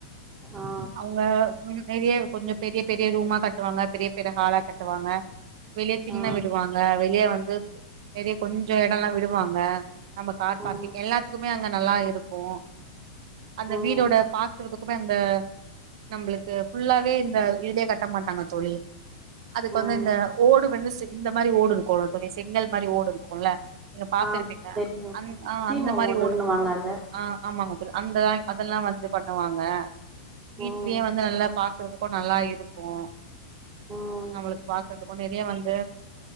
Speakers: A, on the right; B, on the right.
A: ஆ
B: அவங்க உம் நெறைய கொஞ்ச பெரிய பெரிய ரூமா கட்டுவாங்க பெரிய பெரிய ஹாலா கட்டுவாங்க வெளியே திண்ண
A: ஆ
B: விடுவாங்க வெளியே வ இது நெறைய கொஞ்ச எடோ எல்லா விடுவாங்க நம்ம கார்
A: ம்
B: பார்க்கிங் எல்லாத்துக்குமே அங்க நல்லா இரு இருக்கு அந்த
A: ம்
B: வீடோட பாக்குறதுகு இந்த நம்மளுக்கு புல்லாவே இந்த இதுலயே கட்ட மாட்டாங்க தோழி அதுக்கு
A: ம்
B: வந்து இந்த ஓடு வந்துச் செ இந்த மாரி ஓடு இருக்கும் சொரி செங்கல் மாரி ஓடு இருக்குல நீங்க பாத்துருப்பீங்க
A: ஆ தெரியு
B: அந் ஆஹ
A: சீம
B: அந்த மாரி
A: ஓடுன்னுவாங்க
B: ஓடு
A: அத
B: ஆஹ ஆமாங்க தோழி அந்துலங் அந்த அதெல்லாம் வந்து பண்ணுவாங்க வீட்லயே
A: ம்
B: வந்து நல்லா பாக்குறது இப்ப நல்லா இருக்கும்
A: ம்
B: நம்மளுக்கு பாக்குறதுக்கு நேத் இப்பயே வந்து